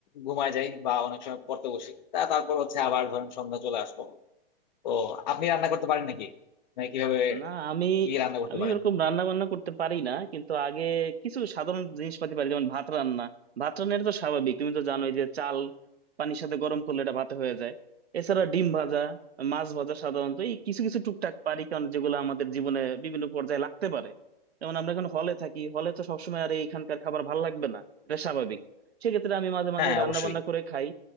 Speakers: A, on the left; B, on the right.
A: ঘুমায় যাই বা অনেক সময় পড়তে বসি তা তারপর হচ্ছে আবার ধরেন সন্ধ্যা চলে আসলো তো আপনি রান্না করতে পারেন নাকি মানে কিভাবে
B: না আমি
A: কি রান্না করতে
B: আমি
A: পারেন
B: ওরকম রান্না বান্না করতে পারি না কিন্তু আগে কিছু সাধারণ জিনিসপাতি পারি যেমন ভাত রান্না ভাত রান্না এটা তো স্বাভাবিক তুমি তো জানোই যে চাল পানির সাথে গরম করলে এটা ভাতে হয়ে যায় এছাড়া ডিম ভাজা মাছ ভাজা সাধারণত এই কিছু কিছু টুকটাক পারি কারণ যেগুলো আমাদের জীবনে বিভিন্ন পর্যায়ে লাগতে পারে যেমন আমরা এখন হলে থাকি হলে তো সবসময় আর এইখানকার খাবার ভাল লাগবে না এটা স্বাভাবিক সেক্ষেত্রে আমি মাঝে মাঝে
A: হ্যাঁ
B: রান্না
A: অবশ্যই
B: বান্না করে খাই